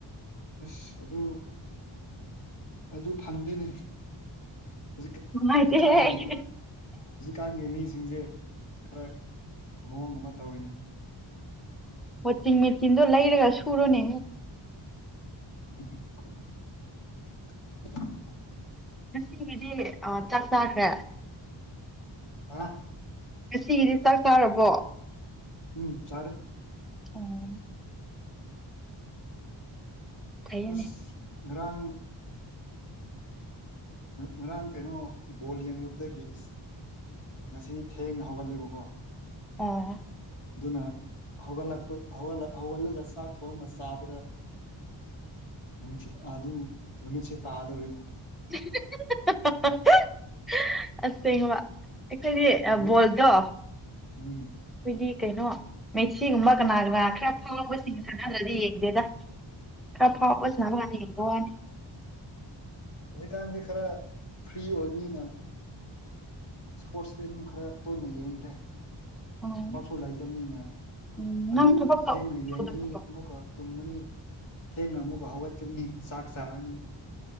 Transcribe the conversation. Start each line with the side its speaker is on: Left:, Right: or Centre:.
Left: ꯑꯁ ꯑꯗꯨ ꯑꯗꯨ ꯐꯪꯗꯦꯅꯦ ꯍꯧꯖꯤꯛ ꯍꯧꯖꯤꯛꯀꯥꯟꯒꯤ
Centre: ꯅꯨꯡꯉꯥꯏꯇꯦꯍꯦ
Left: ꯍꯧꯖꯤꯛꯀꯥꯟꯒꯤ ꯃꯤ ꯁꯤꯡꯖꯦ ꯈꯔ ꯃꯑꯣꯡ ꯑꯃ ꯇꯧꯋꯤꯅꯤ
Centre: ꯋꯥꯆꯤꯡ ꯃꯦꯆꯤꯟꯗꯣ ꯂꯩꯔꯒ ꯁꯨꯔꯣꯅꯦ
Left: <unintelligible> <inaudible>
Centre: ꯉꯁꯤ ꯏꯗꯤ ꯑ ꯆꯥꯛꯈꯔ꯭ꯦ
Left: ꯍꯥ
Centre: ꯉꯁꯤꯒꯤꯗꯤ ꯆꯥꯛ ꯆꯥꯔꯕꯣ
Left: ꯎꯝ ꯆꯥꯔꯦ
Centre: ꯑꯣ ꯐꯩꯌꯦꯅꯦ
Left: ꯎꯁ ꯉꯔꯥꯡ ꯉꯔꯥꯡ ꯀꯩꯅꯣ ꯕꯣꯜ ꯌꯦꯡꯂꯨꯕꯗꯒꯤ ꯑꯁ ꯉꯁꯤ ꯊꯦꯡꯅ ꯍꯧꯒꯠꯂꯦꯕꯀꯣ
Centre: ꯑ
Left: ꯑꯗꯨꯅ ꯍꯧꯒꯠꯂꯛꯄ ꯍꯧꯒ ꯍꯧꯒꯠꯂꯒ ꯆꯥꯛ ꯊꯣꯡꯉ ꯆꯥꯕꯗ <unintelligible> ꯑꯗꯨꯝ ꯅꯨꯃꯤꯠꯁꯦ ꯇꯥꯗꯧꯔꯤ
Centre: <unintelligible> ꯑꯁꯦꯡ ꯋꯥ ꯑꯈꯣꯏꯗꯤ ꯑꯥ
Left: ꯅꯨꯃꯤꯠ
Centre: ꯕꯣꯜꯗꯣ
Left: ꯎꯝ
Centre: ꯑꯈꯣꯏꯗꯤ ꯀꯩ ꯁꯤꯒꯨꯝꯕ ꯀꯅꯥ ꯀꯅꯥ ꯈꯔ ꯐꯥꯎꯕꯁꯤꯡ ꯁꯥꯅꯗ꯭ꯔꯗꯤ ꯌꯦꯡꯗꯦꯗ ꯈꯔ ꯐꯥꯎ <unintelligible> ꯋꯥꯅꯤ
Left: ꯍꯧꯖꯤꯛꯀꯥꯟꯁꯦ ꯈꯔ ꯐ꯭ꯔꯤ ꯑꯣꯏꯕꯅꯤꯅ ꯏꯁꯄꯣꯔꯠꯁꯇꯤ ꯑꯗꯨꯝ ꯈꯔ ꯇꯣꯏꯅ ꯌꯦꯡꯈ꯭ꯔꯦ
Centre: ꯑꯣ
Left: ꯊꯕꯛꯁꯨ ꯂꯩꯗꯕꯅꯤꯅꯦ
Centre: ꯎꯝ
Left: ꯑꯗꯨ
Centre: ꯅꯪ ꯊꯕꯛ
Left: ꯊꯦꯡꯅ ꯌꯦꯡꯒꯅꯤ
Centre: ꯇꯧꯗꯕ꯭ꯔꯣ
Left: ꯑꯃꯨꯛꯀ ꯇꯨꯝꯃꯅꯤ ꯊꯦꯡꯅ ꯑꯃꯨꯛꯀ ꯍꯧꯒꯠꯀꯅꯤ ꯆꯥꯛ ꯆꯥꯔꯅꯤ